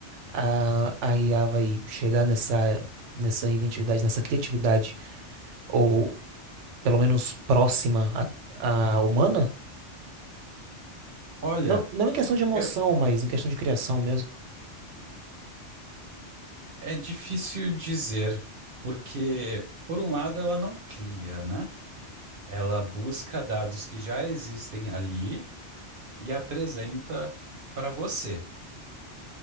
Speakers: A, on the right; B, on the right.
A: a, a IA vai chegar nessa, nessa inventividade, nessa criatividade, ou pelo menos próxima à, à humana?
B: Olha,
A: Não, não em questão de emoção,
B: eu-
A: mas em questão de criação mesmo.
B: é difícil dizer, porque, por um lado, ela não cria, né? Ela busca dados que já existem ali e apresenta para você.